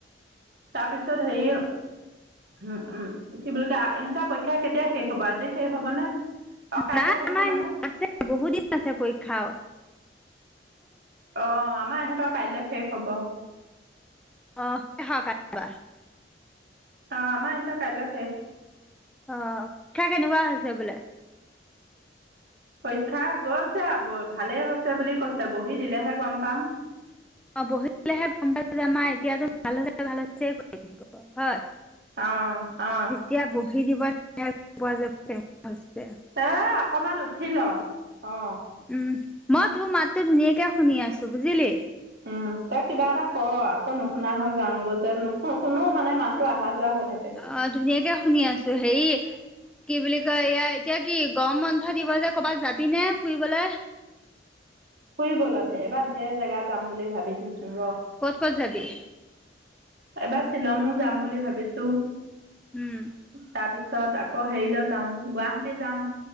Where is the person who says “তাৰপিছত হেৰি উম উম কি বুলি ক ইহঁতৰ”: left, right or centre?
Right